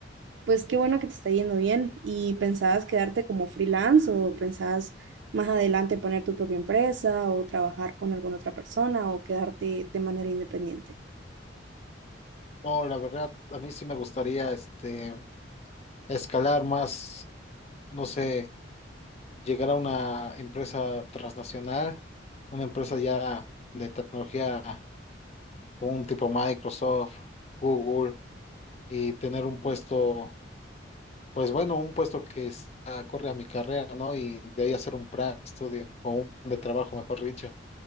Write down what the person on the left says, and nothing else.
No, la verdad, a mí sí me gustaría este, escalar más, no sé. llegar a una empresa transnacional, una empresa ya de tecnología, un tipo Microsoft, Google, y tener un puesto, pues bueno, un puesto que está- corre a mi carrera, ¿no? Y de ahí hacer un plan de estudio o un plan de trabajo, mejor dicho.